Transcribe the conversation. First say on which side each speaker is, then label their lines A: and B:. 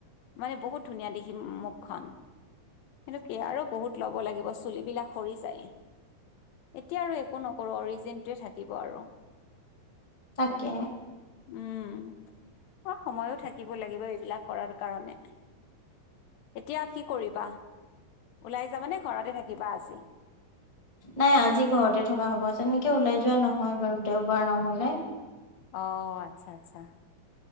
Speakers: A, on the left; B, on the left.
A: মানে বহুত ধুনীয়া দেখি মুখখন <unintelligible> কি আৰু বহুত ল'ব লাগিব চুলিবিলাক সৰি যায় এতিয়া আৰু একো নকৰোঁ অৰিজিনটোৱে থাকিব আৰু
B: তাকে
A: তেনেকে উম অ সময়ো থাকিব লাগিব এইবিলাক কৰাৰ কাৰণে এতিয়া কি কৰিবা ওলাই যাবানে ঘৰতে থাকিবা আজি
B: নাই আজি ঘৰতে থকা হ'ব তেনেকে ওলাই যোৱা নহয় বাৰু দেওবাৰ নহলে
A: অঁ আচ্ছা আচ্ছা